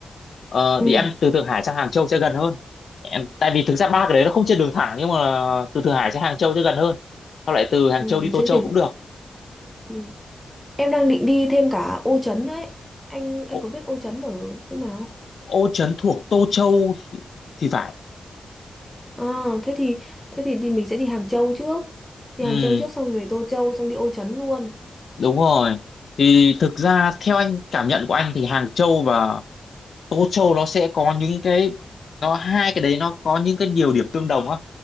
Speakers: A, on the left (about 65°); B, in the centre.
A: ờ,
B: ừ
A: đi ăn từ Thượng Hải sang Hàng Châu sẽ gần hơn em tại vì thực ra ba cái đấy nó không trên đường thẳng nhưng mà từ Thượng Hải sang Hàng Châu sẽ gần hơn sau lại từ Hàng
B: ừ
A: Châu đi Tô
B: thế
A: Châu
B: thì
A: cũng được
B: ừ. em đang định đi thêm cả Ô Trấn đấy anh anh
A: Ô,
B: có biết Ô Trấn ở chỗ nào không?
A: Ô Trấn thuộc Tô Châu thì phải
B: à, thế thì thế thì đi mình sẽ đi Hàng Châu trước đi
A: ừ
B: Hàng Châu trước xong về Tô Châu xong đi Ô Trấn luôn
A: Đúng rồi. Thì thực ra theo anh cảm nhận của anh thì Hàng Châu và Tô Châu nó sẽ có những cái nó hai cái đấy nó có những cái nhiều điểm tương đồng á.